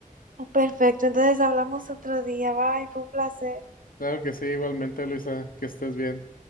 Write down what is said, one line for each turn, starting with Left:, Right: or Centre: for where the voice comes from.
Right: Perfecto, entonces hablamos otro día. Bye, fue un placer.
Left: Claro que sí, igualmente, Luisa, que estés bien.